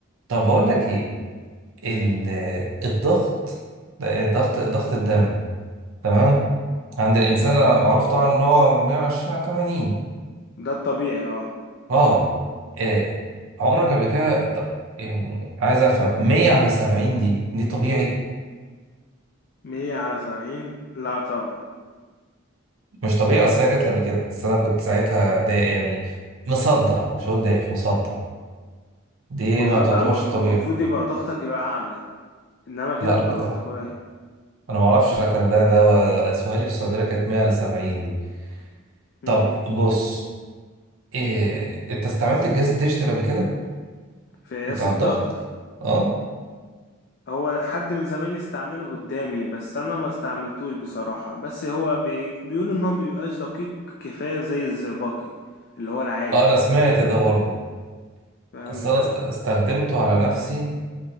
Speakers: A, on the right; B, on the left.
A: طب بقول لك ايه ال... الضغط ضغط ضغط الدم تمام عند الإنسان
B: امم
A: معروف طبعا إن هو 120 على 80
B: ده الطبيعي اه
A: أه آه، عمرك قبل كده ط- يعني عايز أفهم 100 على 70 دي دي طبيعي؟
B: 100 على 70 لا طبعا
A: مش طبيعي أصل هي جات لي قبل كده بس أنا كنت ساعتها ضايق يعني مصدع مش هقول دايخ مصدع دي
B: او مصدق
A: ما تعتبرش
B: المف-
A: طبيعي
B: المفروض يبقى ضغطك يبقى اعلى انما كده
A: لا
B: انت
A: أنا ك...
B: ضغطك
A: آه،
B: قليل
A: أنا ما أعرفش أنا كان ده ده سؤالي في الصيدلة كانت 100 على 70 دي
B: امم
A: طب بص إيه... أنت استعملت الجهاز الديجيتال قبل كده
B: في قياس
A: بتاع
B: الضغط
A: الضغط؟ أه
B: هو حد من زمايلي استعمله قدامي بس انا ما استعملتوش بصراحة بس هو بي... بيقولوا ان هو مبيبقاش دقيق كفاية زي الزئبقي اللي هو العادي
A: أه أنا سمعت ده برضه
B: فاهم
A: اصل
B: ازاي
A: انا است- استخدمته على نفسي